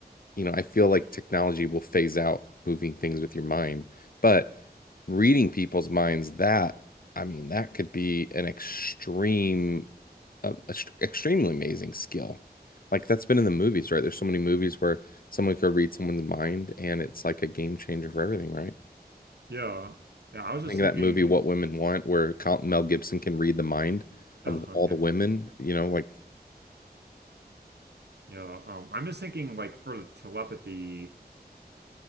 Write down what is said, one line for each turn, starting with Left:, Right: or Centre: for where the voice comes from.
Left: you know, I feel like technology will phase out moving things with your mind. But reading people's minds, that, I mean, that could be an extreme, uh, ext- extremely amazing skill. Like that's been in the movies, right? There's so many movies where someone could read someone's mind and it's like a game changer for everything, right?
Right: Yeah. Yeah, I was
Left: I think
Right: just thinking
Left: of that movie What Women Want, where Col- Mel Gibson can read the mind
Right: Oh
Left: of all
Right: yeah,
Left: the women, you know, like,
Right: yeah. Um, I'm just thinking like for the telepathy,